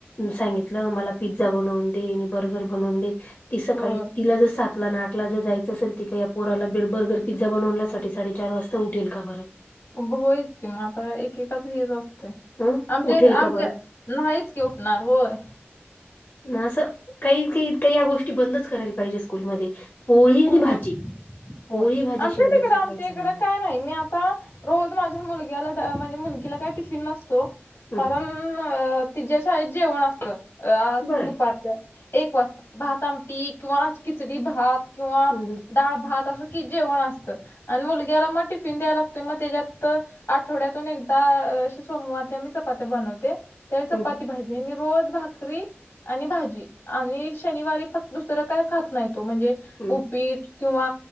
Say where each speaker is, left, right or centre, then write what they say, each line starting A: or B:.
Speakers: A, on the left; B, on the left.
A: सांगितलं मला पिझ्झा बनवून दे आणि बर्गर बनवून दे. ती सकाळी
B: होय
A: तिला जसात तुला ना आठला जर जायचं असेल तर या पोराला बर्गर, पिझ्झा बनवण्यासाठी साडेचार वाजता उठेल का बरं?
B: होयच कि मग आता एकेकाच हेच अस तय
A: अं?
B: आमच्या,
A: उठेल
B: आमच्या
A: का बरं?
B: नाहीच की उठणार होय.
A: असं काही, काही, ‌ काही या गोष्टी बंदच करायला पाहिजे स्कूलमध्ये. पोळी
B: स्कूल
A: आणि भाजी,
B: होय
A: पोळी भाजीशिवाय
B: आमच्या तिकडं
A: दुसरं
B: आमच्या
A: काहीच
B: इकडं
A: नाही मग.
B: काय नाही मी आता रोज माझ्या मुलग्याला, ‌ माझ्या मुलगीला काहीच टिफिन असतो
A: हं
B: कारण अ तिझ्या शाळेत जेवण असतं आ
A: बरं
B: दुपार
A: आहे.
B: एक वाजता भात आमटी किंवा खिचडी भात किंवा
A: हं हं
B: डाळ भात असं की जेवण असतं आणि मुलग्याला मग टिफिन द्यायला लागतोय. मग त्याच्यात आठवड्यातून एकदा अ असे सोमवारच्या मी चपात्या बनवते. त्यावेळी
A: हं
B: चपाती भाजी आणि रोज भा करी आणि भाजी आणि शनिवारी फक्त दुसरं काय खात नाही तो. म्हणजे
A: हं
B: उपीट किंवा